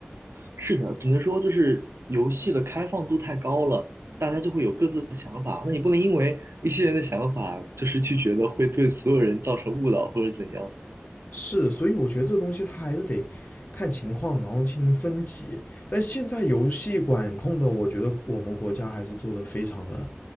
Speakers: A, on the right (about 80°); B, on the left (about 45°).
A: 是的，只能说就是游戏的开放度太高了，大家就会有各自的想法。那你不能因为一些人的想法，就是去觉得会对所有人造成误导或者怎样。
B: 是，所以我觉得这个东西它还是得看情况，然后进行分级。但现在游戏管控的，我觉得我们国家还是做的非常的